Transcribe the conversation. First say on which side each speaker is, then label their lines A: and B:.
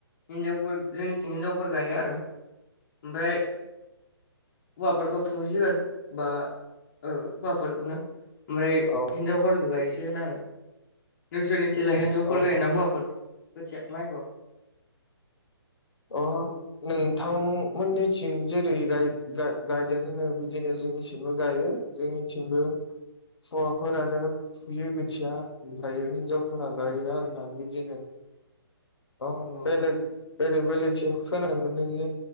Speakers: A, on the left; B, on the left.
A: हिनजावफोर जोंनिथिं हिनजावफोर गायो आरो ओमफ्राय होवाफोरखौ फुहोसिगोन बा औ हौवाफोरखौनो ओमफ्राय
B: औ
A: हिनजावफोरखौ गायसै गोन आरो नोंसोरनिथिंलााय हिनजावफोर
B: औ
A: गायोना हौवाफोर खोथिया माइखौ
B: अ नोंथांमोननिथिं जेरै गायदों होनो बिदिनो जोंनिथिमबो गायो जोंनिथिंबो हौवाफोरानो फुयो खोथिया ओमफ्रायो हिनजावफोरा गायो आरोना बिदिनो औ
A: अ
B: बेलेग बेलेग बेलेगथिं खोनानो मोनदों जे